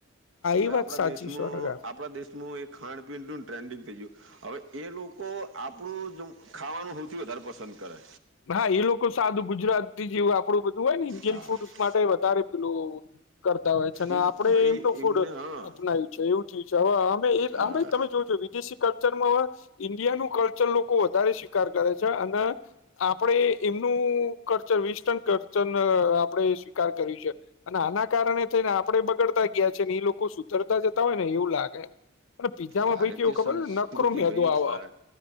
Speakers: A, on the right; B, on the left.
A: હવે
B: એ વાત
A: આપણા
B: સાચી
A: દેશમાં
B: સો ટકા
A: આપણા દેશમાં એ ખાન પીણ નું ટ્રેન્ડિંગ થઈ ગયું. હવે એ લોકો આપણું ખાવાનું સૌથી વધારે પસંદ કરે
B: હા એ લોકો સાદું ગુજરાતી જેવું આપડું બધું પેલું હોય ને ઇન્ડિયન
A: હા
B: ફૂડ માટે વધારે પેલું કરતા હોય છે અને
A: એમ
B: આપડે
A: ભાઈ
B: એમનું ફૂડ
A: એમને હા
B: અપનાવ્યુ છે એવું થયું છે હવે અમે
A: અ,
B: આ ભાઈ તમે જોજો વિદેશી કલ્ચર માં ઇન્ડિયાનું કલ્ચર લોકો વધારે શિકાર કરે છે અને આપણેે એમનું કલ્ચર વીસ ટન કલ્ચર આપણેે સ્વીકાર કર્યું છે. અને આના કારણે થઈ ને આપણે બગડતા ગયા છે ને એ લોકો સુધરતા જતા હોય ને એવું લાગે અને પીઝામાં
A: ભારતીય
B: ભાઈ કેવું ખબર
A: સંસ્કૃતિ
B: નકરો મેંદો
A: ભાઈ
B: આવે
A: ભાર
B: એમ